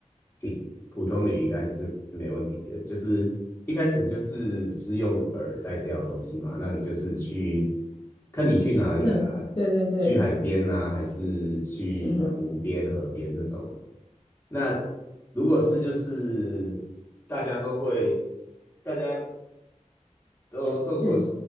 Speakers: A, on the left; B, on the left.
A: 平普通的鱼竿也是没问题的。就是一开始就是只是用饵在钓东西嘛，那你就是去看你去哪里啊，
B: 嗯，对对对，
A: 去海边啊，还是去湖边、
B: 嗯哼，
A: 河边这种。那如果是就是大家都会，大家都众所
B: 是，